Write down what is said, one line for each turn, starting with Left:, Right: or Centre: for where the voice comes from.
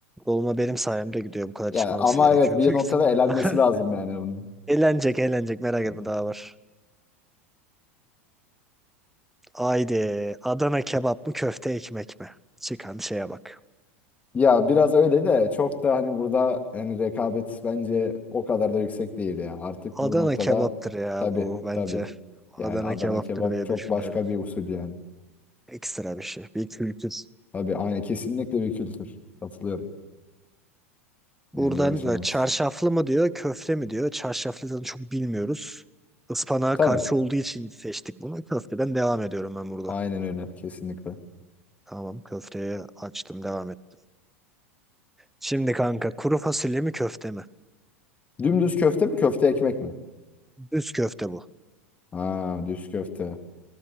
Centre: Dolma benim sayemde gidiyor. Bu kadar
Left: Ya
Centre: çıkmaması
Left: ama
Centre: gerekiyor.
Left: evet bir
Centre: Büyük
Left: noktada
Centre: ihtimalle.
Left: elenmesi lazım yani onun.
Centre: <laughs> Eğlenecek eğlenecek merak
Left: Ee,
Centre: etme daha var. Haydi Adana kebap mı köfte ekmek mi? Çıkan şeye bak.
Left: Ya biraz öyle de çok da hani burada hani rekabet bence o kadar da yüksek değil ya. Artık
Centre: Adana
Left: bu noktada
Centre: kebaptır ya
Left: tabii
Centre: bu bence.
Left: tabii. Yani
Centre: Adana
Left: Adana
Centre: kebaptır
Left: kebap
Centre: diye
Left: çok
Centre: düşünüyorum.
Left: başka bir usul yani.
Centre: Ekstra bir şey. Bir kültür.
Left: Tabii aynı kesinlikle bir kültür. Katılıyorum.
Centre: Buradan
Left: Yani yarışamaz.
Centre: e, çarşaflı mı diyor, köfte mi diyor. Çarşaflıdan çok bilmiyoruz. Ispanağa
Left: Tabii.
Centre: karşı olduğu için seçtik bunu. Köfteden devam ediyorum ben burada.
Left: Aynen öyle kesinlikle.
Centre: Tamam köfteye açtım devam ettim. Şimdi kanka kuru fasulye mi köfte mi?
Left: Dümdüz köfte mi köfte ekmek mi?
Centre: Düz köfte bu.
Left: Ha düz köfte.